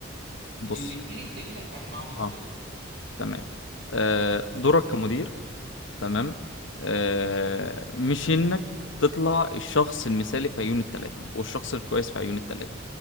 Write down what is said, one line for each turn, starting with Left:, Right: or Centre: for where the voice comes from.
Left: بص
Right: الاتنين التانيين هتتعامل معاهم ازاي
Left: اه تمام آه دورك كمدير تمام آه مش انك تطلع الشخص المثالي في عيون التلاتة والشخص الكويس في عيون التلاتة